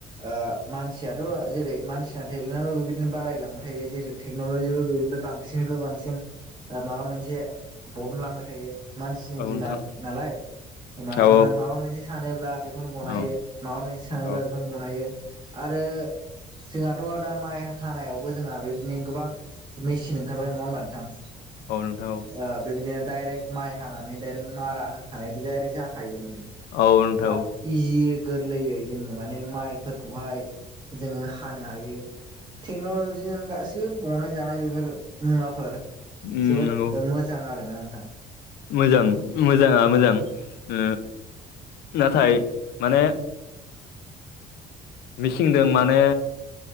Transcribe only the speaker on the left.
औ नोंथां
औ
औ
औ
औ नोंथां औ
औ नोंथां
औ
उम
नंगौ
मोजां मोजाङा मोजां
ओ नाथाय माने मिसिंदो माने